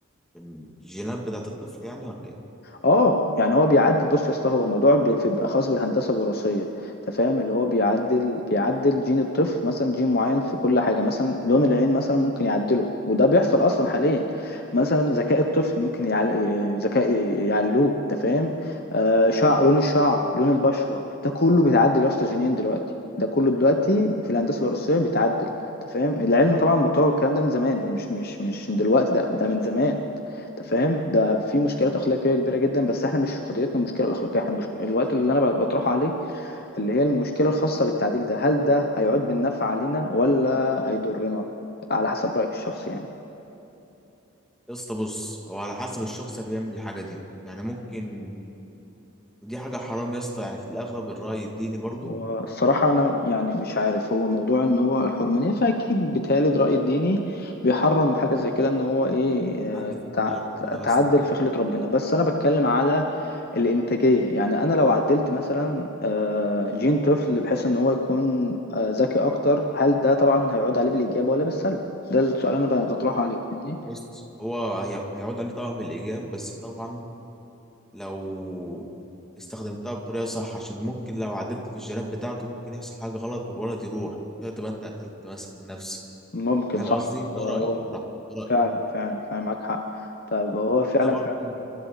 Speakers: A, in the centre; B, on the left (about 45°).
A: في الجينات بتاعة الطفل يعني ولا إيه؟
B: اه يعني هو بيعدل بص يا اسطى هو الموضوع بي- في- بيبقى خاص بالهندسه الوراثيه انت فاهم اللي هو بيعدل بيعدل جين الطفل مثلا جين معين في كل حاجه مثلا لون العين مثلا ممكن يعدله وده بيحصل اصلا حاليا مثلا ذكاء الطفل ممكن يعل... ي- ذكاء ي- يعلوه انت فاهم آه شعر لون الشعر لون البشره ده كله بيتعدل يا اسطى جينيا دلوقتي ده كله دلوقتي في الهندسه الوراثيه بيتعدل انت فاهم العلم طبعا متطور الكلام ده من زمان مش مش مش من دلوقتي ده ده من زمان انت فاهم ده في مشكلات اخلاقيه كبيره جدا بس احنا مش قضيتنا المشكله الاخلاقيه احنا مش الوقت اللي انا بطرحه عليك اللي هي المشكله الخاصه بالتعديل ده هل ده هيعود بالنفع علينا ولا هيضرنا على حسب رايك الشخصي يعني
A: يا اسطى بص هو على حسب الشخص اللي بيعمل الحاجة دي يعني ممكن ودي حاجة حرام يا اسطى يعني في الأغلب الرأي الديني برضو
B: هو الصراحة أنا يعني مش عارف هو موضوع إن هو الحرمانية فأكيد بيتهيألي الرأي الديني بيحرم حاجة زي كده إن هو إيه آه،
A: تعدل في
B: تع-
A: حل ربنا
B: تعدل
A: بس
B: في خلقة ربنا بس أنا بتكلم على الإنتاجية يعني أنا لو عدلت مثلا آه، جين طفل بحيث إن هو يكون آه، ذكي أكتر هل ده طبعا هيعود عليه بالإيجاب ولا بالسلب؟ ده السؤال أنا ب- بطرحه عليك فاهمني؟
A: بص هو هي... هيعود عليه طبعا بالإيجاب بس طبعا لو استخدمتها بطريقة صح عشان ممكن لو عدلت في الجلاب بتاعته ممكن يحصل حاجة غلط والولد يروح كده تبقى أنت قتلت مثلا نفسك
B: ممكن
A: فاهم
B: صح
A: قصدي؟
B: هو
A: ده
B: هو
A: رأيي بصراحة ده رأيي
B: فعلا فعلا فعلا معاك حق طب هو
A: فأنت
B: فعلا
A: برضه
B: فعلا